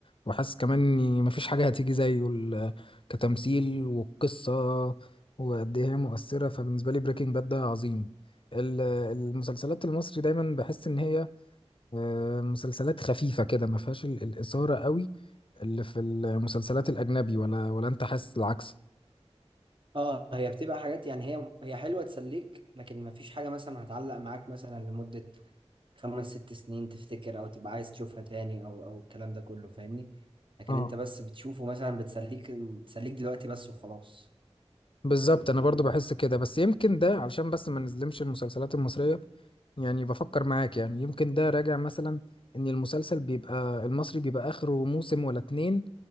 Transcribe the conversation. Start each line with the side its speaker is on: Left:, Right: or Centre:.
Left: وحاسس كمان إني مفيش حاجة هتيجي زيه ال- كتمثيل والقصة وقد إيه هي مؤثرة فبالنسبة لي بريكنج باد ده عظيم ال- المسلسلات المصري دايما بحس إن هي آه، مسلسلات خفيفة كده ما فيهاش ال- الإثارة قوي اللي في المسلسلات الأجنبي ولا ولا أنت حاسس العكس؟
Right: اه هي بتبقى حاجات يعني هي هي حلوة تسليك لكن مفيش حاجة مثلا هتعلق معاك مثلا لمدة خمس ست سنين تفتكر او تبقى عايز تشوفها تاني او او الكلام ده كله فاهمني لكن
Left: اه
Right: انت بس بتشوفه مثلا بتسليك بتسليك دلوقتي بس وخلاص
Left: بالظبط انا برضو بحس كده بس يمكن ده علشان بس ما نظلمش المسلسلات المصرية يعني بفكر معاك يعني يمكن ده راجع مثلا ان المسلسل بيبقى المصري بيبقى اخره موسم ولا اتنين